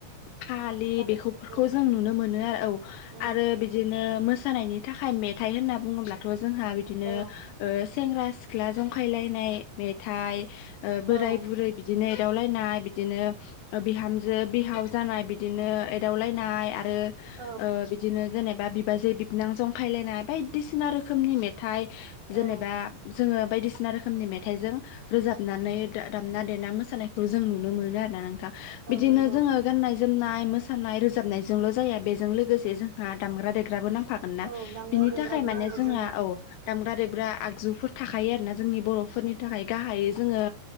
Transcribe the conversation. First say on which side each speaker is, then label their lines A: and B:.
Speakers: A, on the left; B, on the right.
A: फालि
B: गस्ला गुफुर
A: बेखौ फोरखौ जों नुनो मोनो आरो औ
B: उम
A: आरो बि बिदिनो मोसानायनि थाखाय मेथाइ होनना बुङोब्लाथ' जोंहा बिदिनो
B: औ
A: ओ सेंग्रा सिख्ला जंखायलायनाय मेथाइ ओ बोराय
B: औ
A: बुरै बिद दिनो एदावलायनाय बिदिनो बिहामजो बिहाव जानाय बिदिनो एदावलायनाय आरो
B: औ
A: ओ बि बिदिनो जेनेबा बिबाजै बिबनां जंखायलायनाय बायदिसिना रोखोमनि मेथाइ जेनेबा
B: औ
A: जोङो बायदिसिना रोखोमनि मेथाइजों रोजाबनानै दा-दामना देना मोसानायखौ जों नुनो मोनो आरोना नोंथां
B: औ
A: बिदिनो
B: नंगौ
A: जोङो गाननाय जोमनाय मोसानाय रोजाबनायजोंल' जाया बेजों लोगोसे जोंहा दामग्रा देग्राबो नांफा मोनना
B: औ दामग्रा
A: बिनि
B: देग्राबो
A: थाखाय माने
B: नांगौ
A: जोंङा
B: जोंनो
A: औ दामग्रा देग्रा आगजुफोर थाखायो आरो ना जोंनि बर'फोरनि थाखाय गाहायै जोङो